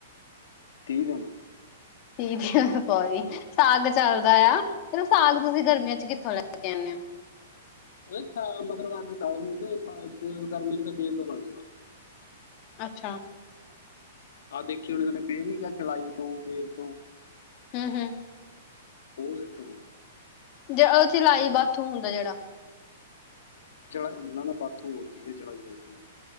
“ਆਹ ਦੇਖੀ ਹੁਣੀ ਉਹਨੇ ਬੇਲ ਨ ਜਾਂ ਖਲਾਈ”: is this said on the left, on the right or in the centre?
Left